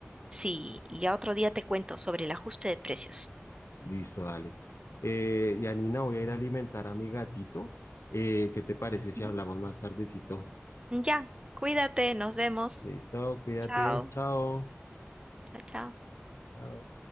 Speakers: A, on the right; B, on the left.
A: sí, ya otro día te cuento sobre el ajuste de precios.
B: Listo, dale. Eh, Yanina, voy a ir a alimentar a mi gatito. Eh, ¿qué te parece si
A: Ujú.
B: hablamos más tardecito?
A: Ya, cuídate, nos vemos.
B: Listo, cuídate.
A: Chao,
B: Chao.
A: chao, chao.
B: Chao.